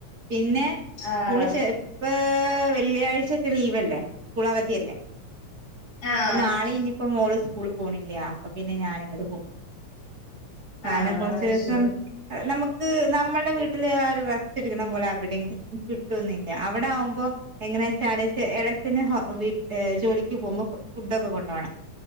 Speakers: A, on the right; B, on the left.
A: പിന്നെ
B: ആഹ്
A: സ്കൂള് ചേ ഇപ്പോ വെള്ളിയാഴ്ച്ചറ്റ ലീവല്ലേ സ്കൂൾ അവധിയല്ലേ?
B: ആഹ്
A: അപ്പോ നാളെ ഇനിയിപ്പോ മോള് സ്കൂള് പോണില്ല, അപ്പോ പിന്നെ ഞാന് ഇങ്ങോട് പോന്നു. കാരണം
B: ആഹ്
A: കൊറച്ചീസം
B: അത് ശരി
A: നമുക്ക് നമ്മളുടെ വീട്ടില് ആ ഒരു റസ്റ്റ് എടുക്കുന്ന പോലെ അവിടെ കിട്ടൊന്നില്ല അവിടെ ആകുമ്പോ എങ്ങന വെച്ചാല് ഇളച്ചന് ഹോ വി ജോലിക്ക് പോകുമ്പോ ഫുഡ്ഡക്കെ കൊണ്ടോണം.